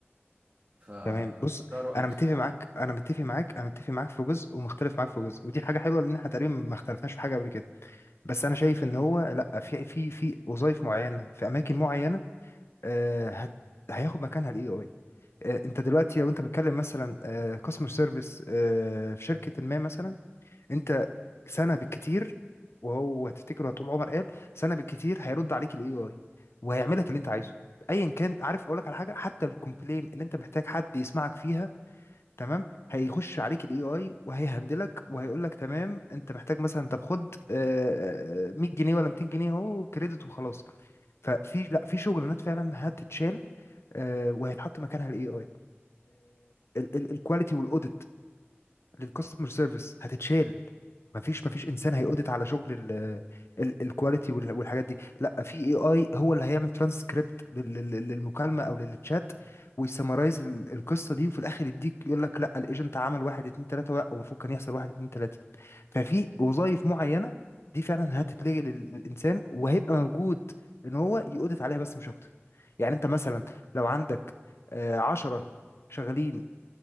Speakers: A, on the right; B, on the left.
A: فده
B: تمام بص
A: رأيي
B: انا
A: بصراحة
B: متفق معاك انا متفق معاك انا متفق معاك في جزء ومختلف معاك في جزء ودي حاجه حلوه لان احنا تقريبا ما اختلفناش في حاجه قبل كده بس انا شايف ان هو لا في في في وظائف معينه في اماكن معينه آه هت هياخد مكانها الاي اي آه انت دلوقتي لو انت بتتكلم مثلا كاستمر سيرفيس آه customer service، آه، في شركه ما مثلا انت سنه بالكتير وهو هتفتكر طول عمر قال سنه بالكتير هيرد عليك الاي اي وهيعمل لك اللي انت عايزه ايا كان عارف اقول لك على حاجه حتى الكومبلين اللي انت محتاج حد يسمعك فيها تمام هيخش عليك الاي اي وهيهندلك وهيقول لك تمام انت محتاج مثلا طب خد آه، آه، 100 جنيه ولا 200 جنيه اهو كريدت وخلاص ففي لا في شغلانات فعلا هتتشال آه، وهيتحط مكانها الاي اي الكواليتي والاوديت للكاستمر سيرفيس هتتشال مفيش مفيش انسان هيقودت على شغل ال- ال- الكواليتي وال- والحاجات دي لا في اي اي هو اللي هيعمل ترانسكريبت للمكالمه او للتشات ويسمرايز ال- القصه دي وفي الاخر يديك يقول لك لا الايجنت عمل واحد اتنين تلاته لا المفروض كان يحصل واحد اتنين تلاته ففي وظائف معينه دي فعلا هتتلغي لل- للانسان وهيبقى موجود ان هو يقودت عليها بس مش اكتر يعني انت مثلا لو عندك آه، عشرة شغالين